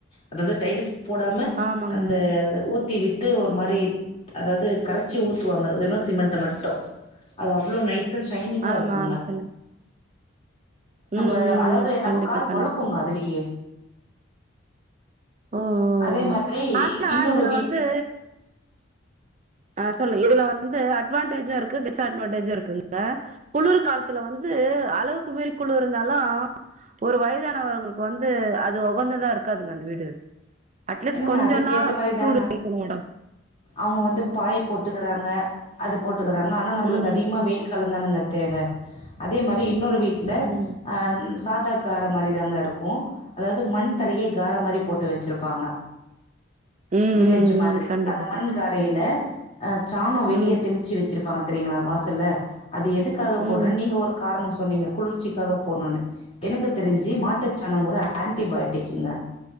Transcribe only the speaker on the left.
அதாது டைல்ஸ் போடாம
அந்த
ஊத்தி விட் <unintelligible> ஒரு மாரி அதாவ்து கரைச்சி ஊத்துவாங்க வெறு சிமெண்ட மட்டோ அது அவ்வளோ நைஸ்ஸு சைனிங்கா
இருக்குங்க
நம்ம
அதாவ்து
நம்ம
கால்
வழுக்குங்க அதுலியே
அதே
மாதிரி
இன்னொரு
வீட்
என்னங்க
அதுக்கேத்த மாரி
தாங்க.
அவங்க வந்து பாய் போட்டுக்குறாங்க அது போட் டுகுறாங்க ஆனா நம்மளுக்கு
அதிகமாக வெய்யி காலதானாங்க தேவ அதே மாரி இன்னொரு வீட்டில
ஆஹ் சாத <unintelligible> கார மாரி தாங்க இருக்கு அதாவ்து மண் தரையே கார மாரி போட்டு வச்சிருப்பாங்க
வில்லேஜ்ஜூ
மாத்ரி
அந்த மண்காரையில
ஆஹ் சாணம் வெளியே
தெளிச்சு வச்சிருப்பாங்க தெரியங்களா வாசல்ல அது எதுக்காக போடுற
நீங்க ஒரு காரணம் சொன்னீங்க குளிர்ச்சிக்காக போடணும்னு எனக்கு தெரிஞ்சு மாட்டுச்சாணம் ஒரு ஆண்டிபயோட்டிக்குங்க